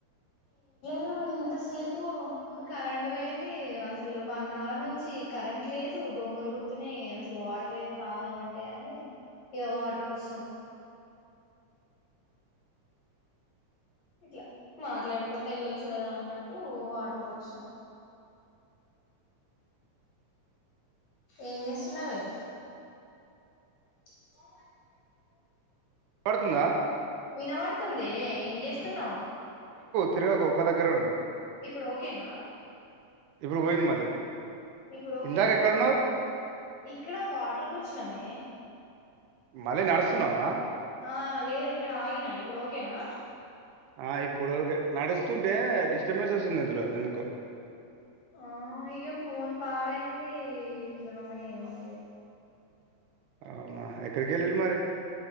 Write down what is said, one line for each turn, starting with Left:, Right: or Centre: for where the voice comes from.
Left: దు ఇంతసేపు కరెంట్ పోయింది అసలు వన్ అవర్ నుంచి కరెంట్ లేదు దోమలు కుడుతున్నాయి అసలు వాటర్ లేవు తాగదాం అంటే అని ఇగ వాటర్కి వచ్చినం ఇట్లా మాట్లాడుకుంటే వెళ్ళొచ్చు కదా అన్నట్టు వాటర్కి వచ్చాం ఏం చేస్తున్నావే <inaudible>
Right: పడుతుందా
Left: వినబడుతుందియే ఏం చేస్తున్నావు
Right: తిరుగకు ఒక్కదగ్గరే ఉండు
Left: ఇప్పుడు ఓకేనా
Right: ఇప్పుడు పోయింది మళ్ళీ
Left: ఇప్పుడు ఓకేనా
Right: ఇందాక ఎక్కడున్నావు
Left: ఇక్కడ వాటర్కి వచ్చినామే
Right: మళ్ళీ నడుస్తున్నావా
Left: ఆ లేదు ఇక్కడ ఆగిన ఇప్పుడు ఓకేనా
Right: ఆ ఇప్పుడు ఓకే నడుస్ స్తుంటే డిస్టర్బెన్స్ వస్తుంది ఇందులో ఎందుకో
Left: ఆ ఇగ ఫోన్ పాడైంది ఎట్లనో ఏమొ ఇది
Right: అవునా ఎక్కడికేల్లిల్లు మరి